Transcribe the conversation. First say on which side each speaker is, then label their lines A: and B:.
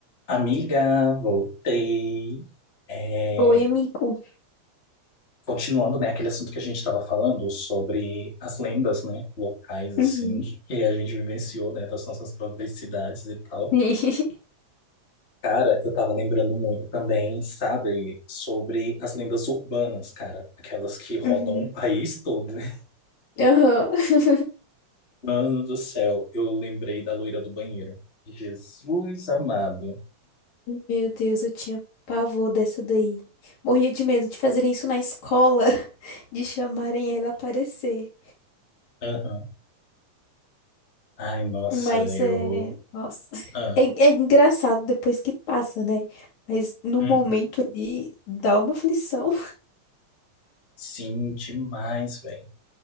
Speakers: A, on the left; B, on the left.
A: Amiga, voltei. É,
B: Oi, amigo.
A: continuando, né, aquele assunto que a gente estava falando sobre as lendas, né, locais,
B: Uhum.
A: assim, que a gente vivenciou, né, das nossas próprias cidades e tal.
B: <laughs>
A: Cara, eu tava lembrando muito também, sabe, sobre as lendas urbanas, cara, aquelas que rodam
B: Uhum.
A: o país todo. <laughs>
B: Aham. <laughs>
A: Mano do céu, eu lembrei da loira do banheiro. Jesus amado.
B: Meu Deus, eu tinha pavor dessa daí. Morria de medo de fazerem isso na escola, <laughs> de chamarem ela a aparecer.
A: Aham. Ai, nossa,
B: Mas
A: eu.
B: é. Nossa.
A: Ah.
B: É, é engraçado depois que passa, né? Mas no
A: Uhum.
B: momento ali dá uma aflição.
A: Sim, demais, velho.